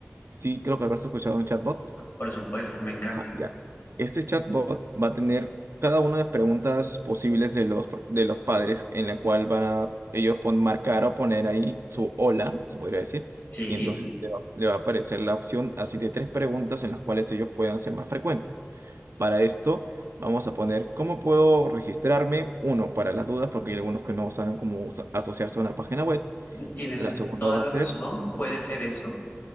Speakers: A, on the right; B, on the left.
A: Sí, creo que habrás escuchado de un chatbot.
B: por supuesto, me encanta.
A: Ah, ya. Este chatbot va a tener cada una de las preguntas posibles de los, pro- de los padres en la cual van a ellos pon- marcar o poner ahí su hola, se podría decir,
B: Sí,
A: y entonces le va, le va a aparecer la opción así de tres preguntas en las cuales ellos puedan ser más frecuentes. Para esto vamos a poner cómo puedo registrarme, uno, para las dudas, porque hay algunos que no saben cómo usa- asociarse a una página web.
B: tienes
A: La segunda
B: toda
A: va
B: la
A: a ser...
B: razón, puede ser eso.